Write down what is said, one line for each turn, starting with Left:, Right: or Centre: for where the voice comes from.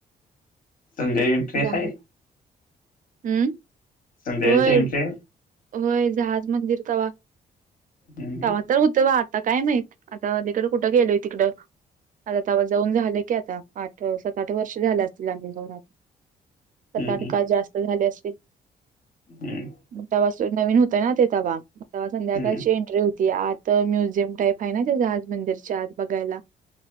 Left: संज एंट्री
Right: जा
Left: आहे.
Right: हम्म.
Left: संध्यायळच
Right: होय
Left: एटे,
Right: होय जहाज मंदिर कवा्हा
Left: हम्म
Right: तवा्हा तर उत वा आता काय माहीत आता तिकडं कुठं गेलोय तिकडं आता जाऊन झालं की आता आठ सात आठ वर्ष झाल्या असतील आम्ही जाऊन आता
Left: हम्म
Right: सतठ काळ जास्त झाले असतील,
Left: हम्म,
Right: तवा नवीन होतं ना ते संध्याकाळची
Left: हम्म
Right: एंटरव्हू त आता म्युझियम टाईप आहे ना त्याच्या आज मंदिरच्या आत बघायला.